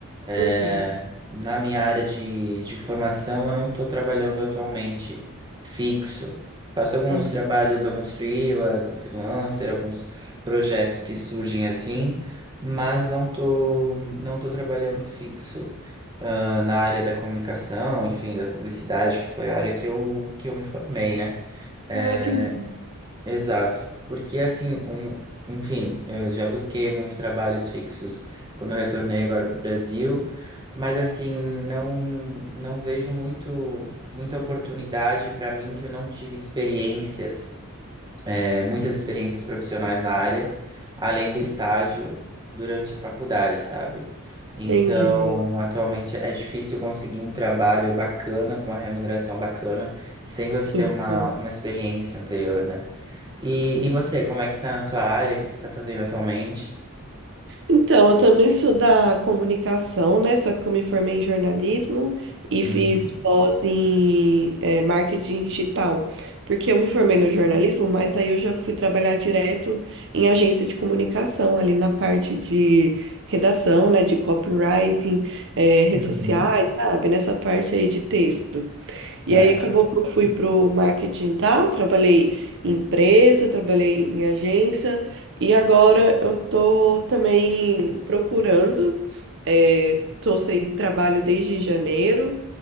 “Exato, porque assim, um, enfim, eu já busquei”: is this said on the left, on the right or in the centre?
Right